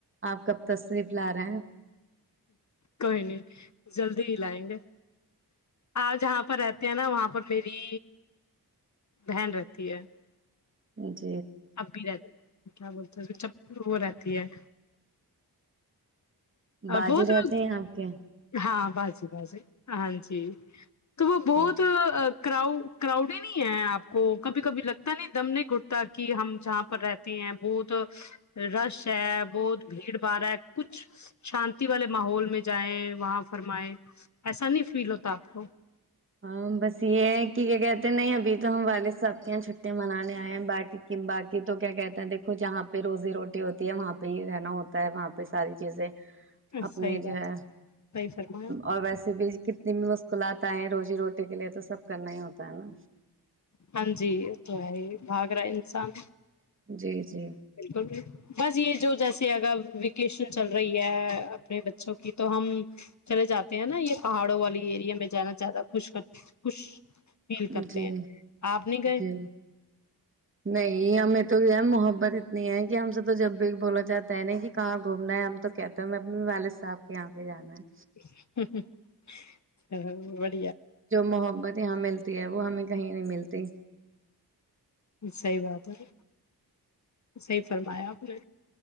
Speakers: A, on the right; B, on the left.
A: آپ کب تصریف ب ل رہیں ہیں
B: کوئی نہیں جلدی ہی لائیں گے آپ جہاں پر رہتے ہیں نا وہاں پر میری بہن رہتی ہے
A: جچ
B: اب بھی رہتے کیا بولتے ہیں جب وہ رہتی ہے
A: بازے
B: بہت
A: رہتے ہیں آپ کے
B: ہاں بس جی بس ہاں جی تو وہ بہت
A: جی
B: کراؤ کراؤڈی نہیں ہے آپ کو کبھی کبھی لگتا نہیں دم نہیں گھٹتا کہ ہم جہاں پر رہتے ہیں بہت رش ہے بہت بھیڑ باڑ ہے کچھ شانتی والے ماحول میں جائیں وہاں فرمائے ایسا نہیں فیل ہوتا آپ کو
A: ہاں بس یہ کہ کیا کہتے نہیں ابھی ہم والے ساب کیں چھٹں منانے باقی تو کیا کہتے ہے دیکو جہاں پہ روزی روٹی ہوتی ہے وہاں پہ ہی رہنا ہوتا ہے وہاں پہ ساری چیزیں اپنی
B: صحیح
A: جو
B: بات
A: ہے
B: صحیح فرمایا
A: اور ویسے بھی کتنی بھی مشکلات آئے ہیں رو جی روٹی کے لیے تو سب کرنا ہی ہوتا ہے نا
B: ہاں جی تو ہے ہی بھاگ رہا ہے انسان
A: جی جی
B: بالکلل بس یہ جو جیسے اگر ویکیشن چل رہی ہے اپنے بچوں کی تو ہم چلے جاتے ہیں نا یہ پہاڑوں والی ایریا میں جانا زیادہ خوش کر خوش فیل کرتے
A: جی
B: ہیں آپ نہیں گئے
A: جی نہیں ہم م تو محبت اتنی ہے کہ ہم سے تو جب بھی بولا چاہتا ہے نا کہ کہاں گھومنا ہے ہم تو کہتے ہیں ہم اپنے والد صاحب کے یہاں پہ جانا ہے
B: ہ ہ <inaudible> ہ <inaudible>
A: جو محبت یہاں ملتی وہ ہمیں کہیں نہیں ملتی
B: صحی بات ہے صحیح فرمایا آپ نے